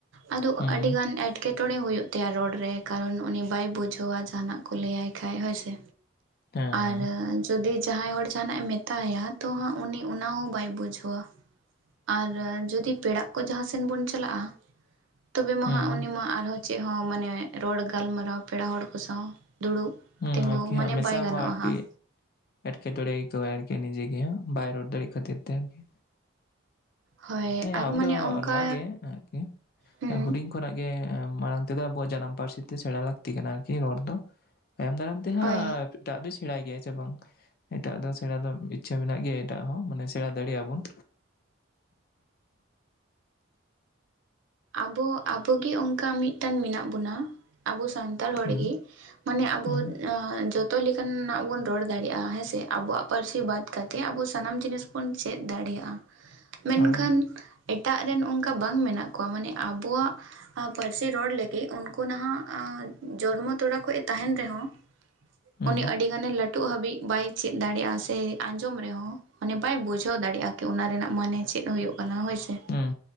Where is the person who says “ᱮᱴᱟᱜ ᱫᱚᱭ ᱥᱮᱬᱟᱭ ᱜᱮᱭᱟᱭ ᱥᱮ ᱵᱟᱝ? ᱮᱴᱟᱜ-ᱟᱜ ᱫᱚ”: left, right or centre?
Left